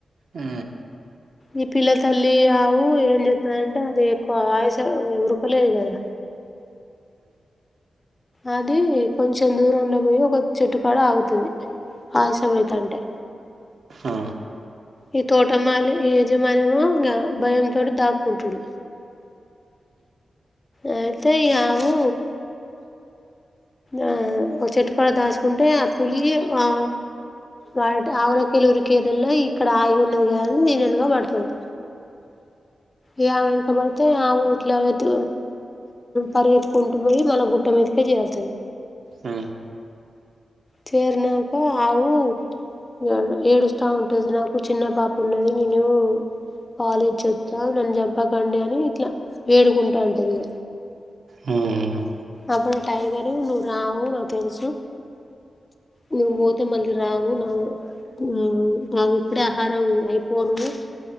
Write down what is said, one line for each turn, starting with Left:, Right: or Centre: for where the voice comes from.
Right: ఆ
Left: ఈ పిల్ల తల్లి ఆవు ఏం చెత్తదంటే అది ఎక్కువ ఆయస ఉరకలేదు కదా అది కొంచెం దూరంలో పోయ్యి ఒక చెట్టుకాడ ఆగుతది. ఆయసమైతాంటే
Right: ఆ
Left: ఈ తోటమాలి ఈ యజమానేమో ఇంగ భయంతోటి దాక్కుంటడు. అయితే ఈ ఆవు ఆ ఒక చెట్టుకాడ దాసుకుంటే ఆ పులి ఆ గాట్ ఆవులకెల్ లురికేదల్ల ఇక్కడ ఆగి ఉన్నది కద అని దీనెనక పడతది. ఈ ఆవెనకబడితే ఆవు ఇట్లా త్ పరిగెత్తుకుంటుపోయ్యి మళ్ళా గుట్ట మీద్ దికి చేర్తది.
Right: ఆ
Left: చేర్నాంక ఆవు ఏ ఏడుస్తా ఉంటది నాకు చిన్న పాప ఉన్నది. నేను పాలేచ్చి వస్తా నన్ను చంపకండి అని ఇట్లా వేడుకుంటాంటుందిగ
Right: మ్. మ్.
Left: అప్పుడు టైగరూ నువ్వు రావు నాకు తెలుసు నువ్వు బోతే మళ్ళీ రావు నా ఉమ్ నాకిప్పుడే ఆహారం అయిపోనువ్